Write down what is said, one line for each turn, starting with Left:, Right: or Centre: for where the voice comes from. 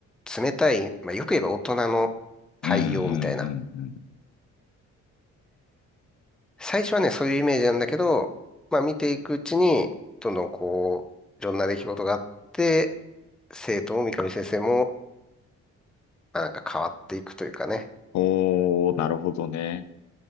Centre: う、冷たい、まあ、よく言えば大人の対応みたいな。
Left: うんうんうんうん。
Centre: 最初はね、そういうイメージなんだけど、まあ見ていくうちに、どんどんこう、いろんな出来事があって、生徒も三上先生も、まあなんか変わっていくというかね、
Left: おー、なるほどね。